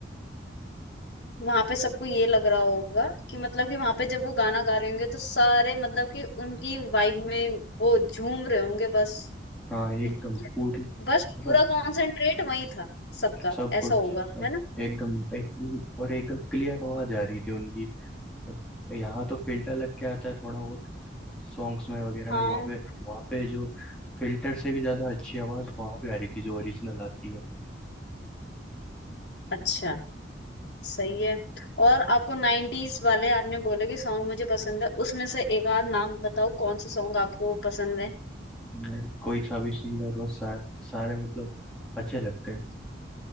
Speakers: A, on the left; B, in the centre.
A: वहां पे सबको ये लग रहा होगा कि मतलब कि वहां पे जब वो गाना गा रहे होंगे तो सारे मतलब कि उनकी वाइब में वो झूम रहे होंगे बस
B: हाँ एकदम
A: ये कि
B: पूरी
A: बस
B: मतलब
A: पूरा कॉन्सेंट्रेट वही था सबका
B: सब कुछ
A: ऐसा होगा
B: सब
A: है ना
B: एकदम एक, और एकदम क्लियर आवाज आ रही थी उनकी अब यहाँ तो फिल्टर लग के आता है थोड़ा बहुत सॉन्ग्स में वगैरह
A: हाँ
B: में वहाँ पे वहाँ पे जो फिल्टर से भी ज़्यादा अच्छी आवाज़ वहाँ पे आ रही थी जो ओरिजिनल आती है
A: अच्छा सही है और आपको नाइन्टीज वाले आपने बोले कि सॉन्ग मुझे पसंद है उसमें से एक आध नाम बताओ कौन से सॉन्ग आपको पसंद
B: मैं- कोई सा भी सिंगर हो सार, सारे मतलब अच्छे लगते हैं अ,